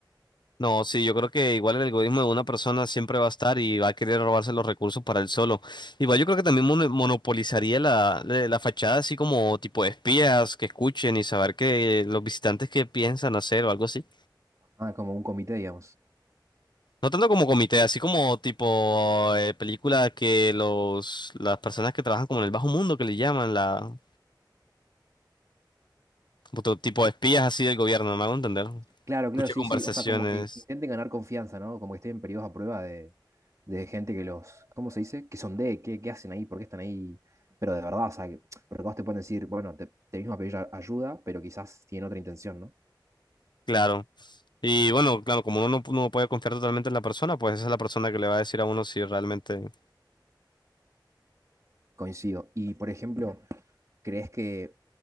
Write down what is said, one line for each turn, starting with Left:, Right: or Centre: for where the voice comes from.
Left: No, sí, yo creo que igual el egoísmo de una persona siempre va a estar y va a querer robarse los recursos para él solo. Igual yo creo que también mono- monopolizaría la, la- la fachada así como tipo de espías que escuchen y saber que los visitantes que piensan hacer o algo así.
Right: Ah, como un comité, digamos.
Left: No tanto como comité, así como tipo eh, película que los las personas que trabajan como en el bajo mundo que le llaman la otro tipo de espías así del gobierno, me hago entender.
Right: Claro,
Left: Escucha
Right: claro, sí,
Left: conversaciones,
Right: sí. O sea, como que intenten ganar confianza, ¿no? Como que estén en periodos a prueba de, de gente que los, ¿cómo se dice? Que sondee, qué, qué hacen ahí, por qué están ahí. Pero de verdad, o sea, que- porque vos te pueden decir, bueno, te, te mismo a pedir a- ayuda, pero quizás tienen otra intención, ¿no?
Left: claro. Y bueno, claro, como uno no, no puede confiar totalmente en la persona, pues esa es la persona que le va a decir a uno si realmente...
Right: Coincido. Y, por ejemplo, ¿Crees que,